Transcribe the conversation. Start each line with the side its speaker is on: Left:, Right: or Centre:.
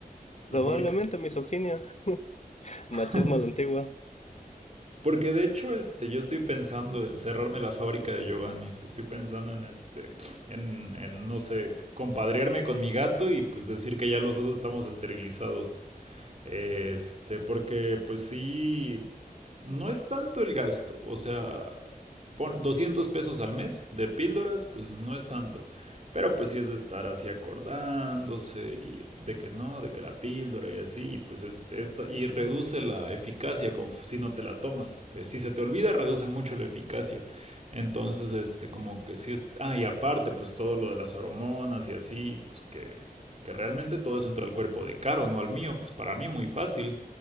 Left: Probablemente
Right: La fábrica. de
Left: misoginia,
Right: cerveza.
Left: machismo
Right: <laughs>
Left: a la antigua.
Right: Porque de hecho, este, yo estoy pensando en cerrarme la fábrica de Giovanni's. Estoy pensando en este, en, en, no sé, compadrearme con mi gato y pues decir que ya los dos estamos esterilizados. Este, porque pues sí, no es tanto el gasto, o sea, pon 200 pesos al mes de píldoras, pues no es tanto. Pero pues sí es de estar así acordándose y de que no, de que la píldora y así, y pues este, esta, y reduce la eficacia con, si no te la tomas. Eh, si se te olvida, reduce mucho la eficacia. Entonces, este, como que sí es, ah, y aparte, pues todo lo de las hormonas y así, pues que que realmente todo eso entra al cuerpo de Caro, no al mío, pues para mí muy fácil,